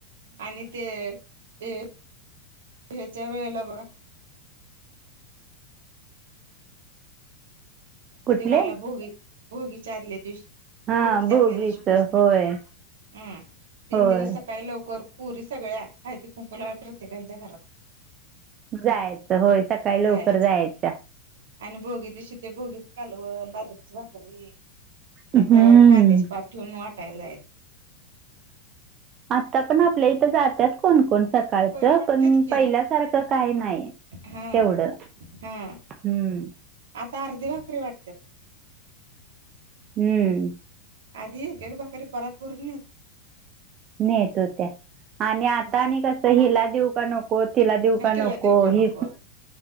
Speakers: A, on the right (about 60°); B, on the right (about 30°).
A: आणि ते अ ह्याच्या वेळेला बघा
B: कुठले
A: हला भोगी भोगी आदल्या दिवशी <unintelligible>
B: हा
A: भोगीच्या
B: भोगीच
A: आदल्या दिवशी पासून,
B: होय
A: अम् तीन
B: होय
A: दिवस सकाळी लवकर पोरी सगळ्या, हळदी, कुंकू लावायला प्रत्येकांच्या घरात
B: जायचं होय, सकाळी लवकर
A: जायचा
B: जायच्या
A: आणि भोगी दिवशी तेे भोगी कालवण, बाजरीची भाकरी, आणि
B: हम्म
A: त्यावर कांद्याची पात ठेऊन वाट वाटायला जायचं.
B: आता पण आपल्या इथं जातातच कोणकोण सकाळचं
A: होय वाटत्यात
B: पण
A: की
B: पहिल्यासारखं काय नाही
A: हा
B: तेवढं
A: हा
B: हम्म
A: अर्धी भाकरी वाटतात
B: हम्म
A: आधी एक एक भाकरी परत भरून येतो त्या बाका
B: नाही येत हो त्या आणि आता आणि
A: वाटत्यात
B: कसं हिला देऊ का नको तिला देऊ का नको
A: तिला देऊ का नको
B: हि